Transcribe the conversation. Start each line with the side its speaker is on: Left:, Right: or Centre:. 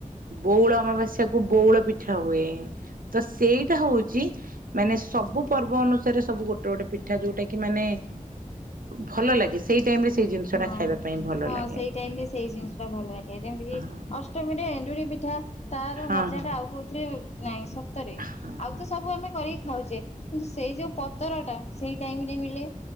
Right: ବଉଳ ଅମାବାସ୍ୟା କୁ ବଉଳ ପିଠା ହୁଏ ତ ସେଇଟା ହଉଚି ମାନେ ସବୁ ପର୍ବ ଅନୁସାରେ ସବୁ ଗୋଟେ ଗୋଟେ ପିଠା ଯୋଉଟା କି ମାନେ ଭଲ ଲାଗେ ସେଇ ଟାଇମ ରେ ସେଇ ଜିନିଷ
Left: ହଁ
Right: ଟା ଖାଇବା ପାଇଁ ଭଲ
Left: ହଁ
Right: ଲାଗେ।
Left: ସେଇ ଟାଇମ ରେ ସେଇ ଜିନିଷ ଟା ଭଲ ଲାଗେ ଯେମିତି କିି
Right: ହଁ
Left: ଅଷ୍ଟମୀରେ ଏଣ୍ଡୁରି ପିଠା ତାର
Right: ହଁ
Left: ମଜା ଟା ଆଉ କୋଉଥିରେ ନାଇଁ ସତରେ
Right: ହଁ
Left: ଆଉ
Right: ହଁ।
Left: ତ ସବୁ ଆମେ କରିକି ଖାଉଚେ। କିନ୍ତୁ ସେଇ ଯୋଉ ପତର ଟା ସେଇ ଟାଇମରେ ମିଳେ